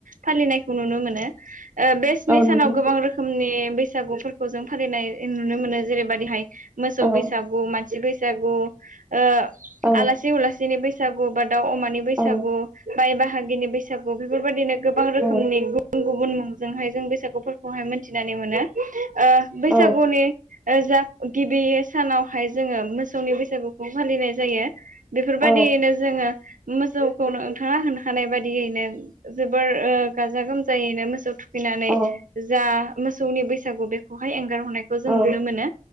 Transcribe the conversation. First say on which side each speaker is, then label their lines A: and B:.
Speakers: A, on the right; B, on the right.
A: फालिनायखौ नुनो मोनो बे ओ स्नि
B: औ नंगौ
A: सानाव गोबां रोखोमनि बैसागुफोरखौ जों फालिनाय नुनो मोनो जेरैबादिहाय मोसौ
B: औ
A: बैसागु मान -सि बैसागु ओ
B: औ
A: आलासि उलासिनि बैसागु बाथ दाउ अमानि बैसागु
B: औ
A: बाइ बाहागिनि बैसागु बेफोरबायदिनो गोबां रोखोमनि
B: औ
A: गुबुन गु बुन मुंजोंहाय जों बैसागुफोरखौहाय मिन्थिनानै मोनो ओ बैसागुनि
B: औ
A: जा गिबि सानावहाय जोङो मोसौनि बैसागुखौ फालिनाय जायो। बेफोरबायदियैनो
B: औ
A: जोङो मोसौखौनो ओंथाङा होनो हानाय बायदियैनो जोबोर ओ गाजा गोमजायैनो मोसौ थु खैनानै
B: औ
A: जा मोसौनि बैसागु बेखौहाय एंगारहरनायखौ जों
B: औ
A: नुनो मोनो